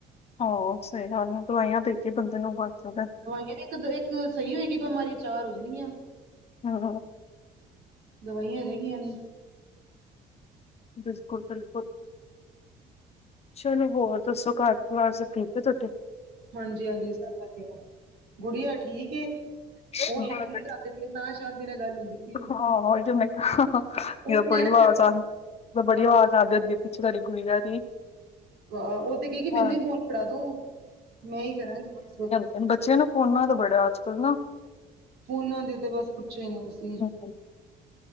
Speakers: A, on the left (about 40°); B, on the right (about 75°).
A: ਹਾ ਸਹੀ ਗੱਲ ਐ ਦਵਾਈਆਂ ਦੇਕੇ ਬੰਦੇ ਨੂੰ ਵੱਧ ਸਕਦੈ।
B: ਦਵਾਈਆਂ ਇੱਕ ਇੱਕ ਸਹੀ ਹੋਏਗੀ ਬਿਮਾਰੀ ਚਾਰ ਹੋ ਜਨਗੀਆਂ।
A: ਹਾਂ।
B: ਦਵਾਇਆਂ ਰੇ ਗਈਯਾ ਨੇ
A: ਬਿਲਕੁਲ ਬਿਲਕੁਲ। ਚਲੋ ਹੋਰ ਦੱਸੋ ਘਾਰ ਪਰਵਾਰ ਸਭ ਠੀਕ ਐ ਤੁਆਡੇ?
B: ਹਾਂਜੀ ਹਾਂਜੀ ਸਬ ਵਧੀਆ ਗੁੜੀਆ ਠੀਕ ਏ
A: ਤੁਹਾਡੀ
B: ਓ ਹੈ ਨੀ ਘਰ। ਤੇ ਤਾ ਸ਼ਾਂਤੀ ਨਾਲ ਗੱਲ ਹੁੰਦੀ। ਪਈ ਏ
A: ਹਾਂ ਓਇ ਤੇ ਮੈਂ ਕਾ
B: ਉਹ ਨਿਆਣੇ
A: ਬੜੀ ਵਾਜ ਆਂ ਬੜੀ
B: ਹਾਂ
A: ਵਾਜ ਆਗੇ ਦੀ ਪਿੱਛੇ ਤਾਡੀ ਗੁੜੀਯਾ ਦੀ
B: ਹਾ ਓ ਤੇ ਕੇ ਗੀ
A: ਹਾਂ
B: ਮੈਨੂੰ ਈ ਫੋਨ ਫੜਾ ਦੋ ਮੈਂ ਈ ਕਰਾਂਗੀ ਬਸ ਹੋਰ
A: ਐਨੂੰ ਬੱਚਿਆਂ ਨੂੰ ਫੋਨਾ ਦਾ ਬੜਾ ਅੱਜ ਕਲ ਨਾ
B: ਫੋਨਾ ਦੀ ਤੇ ਬਸ ਪੁੱਛੋ ਈ ਨਾ ਤੁਸੀ।
A: ਹੂੰ।